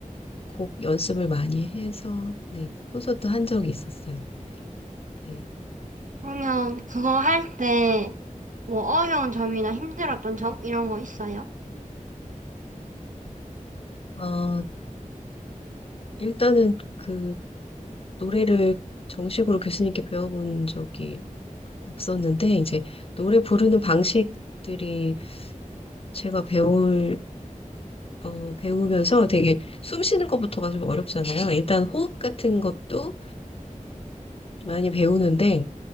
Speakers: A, on the left; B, on the right.
A: 곡 연습을 많이 해서 네, 콘서트 한 적이 있었어요. 네.
B: 그러면 그거 할 때 뭐 어려운 점이나 힘들었던 점 이런 거 있어요?
A: 어, 어, 일단은 그 노래를 정식으로 교수님께 배워본 적이 없었는데 이제 노래 부르는 방식들이 제가 배울 어, 배우면서 되게 숨 쉬는 것부터가 좀 어렵잖아요. 일단 호흡 같은 것도 많이 배우는데